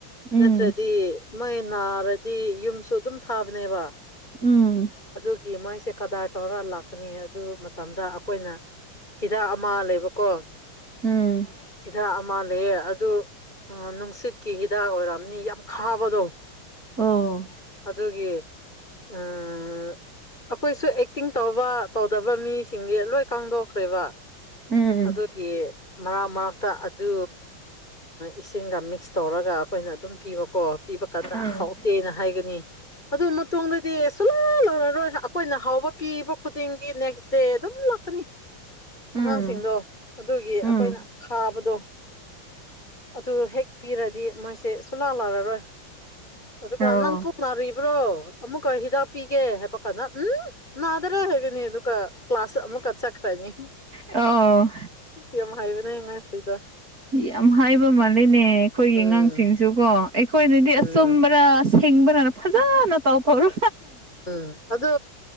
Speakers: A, on the right; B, on the left.
A: ꯎꯝ
B: ꯅꯠꯇ꯭ꯔꯗꯤ ꯃꯣꯏ ꯅꯥꯔꯗꯤ ꯌꯨꯝꯁꯨ ꯑꯗꯨꯝ ꯊꯥꯕꯅꯦꯕ
A: ꯎꯝ
B: ꯑꯗꯨꯒꯤ ꯃꯣꯏꯁꯦ ꯀꯗꯥꯔ ꯇꯧꯔ ꯂꯥꯛꯀꯅꯤ ꯑꯗꯨ ꯃꯇꯝꯗ ꯑꯈꯣꯏꯅ ꯍꯤꯗꯥꯛ ꯑꯃ ꯂꯩꯕꯀꯣ
A: ꯎꯝ
B: ꯍꯤꯗꯥꯛ ꯑꯃ ꯂꯩꯑꯦ ꯑꯗꯨ ꯑ ꯅꯨꯡꯁꯤꯠꯀꯤ ꯍꯤꯗꯥꯛ ꯑꯣꯏꯔꯝꯅꯤ ꯌꯥꯝ ꯈꯥꯕꯗꯣ
A: ꯑꯣ
B: ꯑꯗꯨꯒꯤ ꯎꯝ ꯑꯩꯈꯣꯏꯁꯨ ꯑꯦꯛꯇꯤꯡ ꯇꯧꯕ ꯇꯧꯗꯕ ꯃꯤꯁꯤꯡꯗꯤ ꯂꯣꯏ ꯈꯪꯗꯣꯛꯈ꯭ꯔꯦꯕ
A: ꯎꯝ
B: ꯑꯗꯨꯒꯤ ꯃꯔꯛ ꯃꯔꯛ ꯇ ꯑꯗꯨ ꯏꯁꯤꯡꯒ ꯃꯤꯛꯁ ꯇꯧꯔꯒ ꯑꯩꯈꯣꯏꯅ ꯑꯗꯨꯝ ꯄꯤꯕ ꯀꯣ ꯄꯤꯕ ꯀꯥꯟꯗ
A: ꯎꯝ
B: ꯍꯥꯎꯇꯦꯅ ꯍꯥꯏꯒꯅꯤ ꯑꯗꯨ ꯃꯇꯨꯡꯗꯗꯤ ꯁꯨꯡꯂꯞ ꯂꯞꯔꯔꯣꯏ ꯑꯈꯣꯏꯅ ꯍꯥꯎꯕ ꯄꯤꯕ ꯈꯨꯗꯤꯡꯒꯤ ꯅꯦꯛꯁ ꯗꯦ ꯑꯗꯨꯝ ꯂꯥꯛꯀꯅꯤ
A: ꯎꯝ
B: ꯑꯉꯥꯡꯁꯤꯡꯗꯣ ꯑꯗꯨꯒꯤ
A: ꯎꯝ
B: ꯑꯈꯣꯏꯅ ꯈꯥꯕꯗꯣ ꯑꯗꯨ ꯍꯦꯛ ꯄꯤꯔꯗꯤ ꯃꯣꯏꯁꯦ ꯁꯨꯂꯥ ꯂꯔꯔꯣꯏ ꯑꯗꯨꯒ
A: ꯑꯣ
B: ꯅꯪ ꯄꯣꯛ ꯅꯥꯔꯤꯕ꯭ꯔꯣ ꯑꯃꯨꯛꯀ ꯍꯤꯗꯥꯛ ꯄꯤꯒꯦ ꯍꯥꯏꯕ ꯀꯥꯟꯗ ꯎꯝ ꯅꯗ꯭ꯔꯦ ꯍꯥꯏꯒꯅꯤ ꯑꯗꯨꯒ ꯀ꯭ꯂꯥꯁ ꯑꯃꯨꯛ ꯆꯠꯈ꯭ꯔꯅꯤ
A: ꯑꯧ
B: ꯌꯥꯝ ꯍꯥꯏꯕꯅꯦ ꯑꯉꯥꯡꯁꯤꯗ
A: ꯌꯥꯝ ꯍꯥꯏꯕ ꯃꯥꯜꯂꯤꯅꯦ ꯑꯩꯈꯣꯏꯒꯤ
B: ꯎꯝ
A: ꯑꯉꯥꯡꯁꯤꯡꯁꯨꯀꯣ ꯑꯩꯈꯣꯏꯅꯗꯤ
B: ꯎꯝ
A: ꯑꯆꯨꯝꯕꯔꯥ ꯍꯤꯡꯕꯔꯥ ꯐꯖꯅ ꯇꯥꯎ ꯐꯧꯔ
B: ꯎꯝ ꯑꯗꯨ